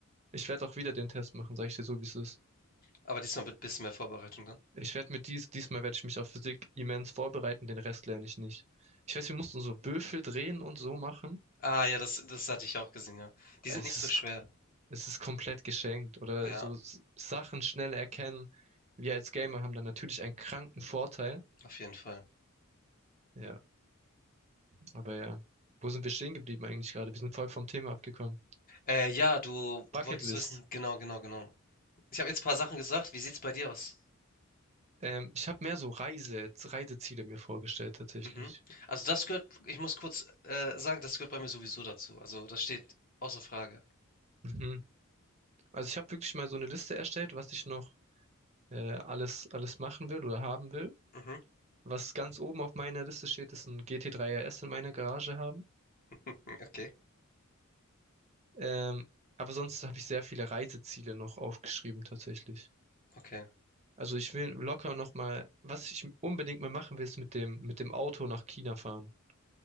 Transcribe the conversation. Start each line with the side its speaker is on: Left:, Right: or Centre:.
Right: ich werde auch wieder den Test machen, sag ich dir so, wie es ist.
Left: Aber diesmal mit ein bisschen mehr Vorbereitung dann.
Right: Ich werde mit dies, diesmal werde ich mich auf Physik immens vorbereiten, den Rest lerne ich nicht. Ich weiß, wir mussten so Würfel drehen und so machen.
Left: Ah ja, das das hatte ich auch gesehen, ja. Die
Right: Es
Left: sind nicht so
Right: ist,
Left: schwer.
Right: es ist komplett geschenkt oder
Left: Ja,
Right: so S- Sachen schnell erkennen. Wir als Gamer haben da natürlich einen kranken Vorteil.
Left: auf jeden Fall.
Right: Ja, aber ja. Wo sind wir stehen geblieben eigentlich gerade? Wir sind voll vom Thema abgekommen.
Left: Äh, ja, du wolltest
Right: Bucketlist.
Left: wissen, genau, genau, genau. Ich habe jetzt ein paar Sachen gesagt. Wie sieht's bei dir aus?
Right: Ähm, ich habe mehr so Reise, Reiseziele mir vorgestellt tatsächlich.
Left: Mhm. Also das gehört, ich muss kurz äh, sagen, das gehört bei mir sowieso dazu. Also das steht außer Frage.
Right: Mhm. Also ich habe wirklich mal so eine Liste erstellt, was ich noch äh, alles, alles machen will oder haben will.
Left: Mhm.
Right: Was ganz oben auf meiner Liste steht, ist ein GT3 RS in meiner Garage haben.
Left: Hm, Okay,
Right: Ähm, aber sonst habe ich sehr viele Reiseziele noch aufgeschrieben tatsächlich.
Left: okay.
Right: Also ich will locker noch mal, was ich unbedingt mal machen will, ist mit dem mit dem Auto nach China fahren.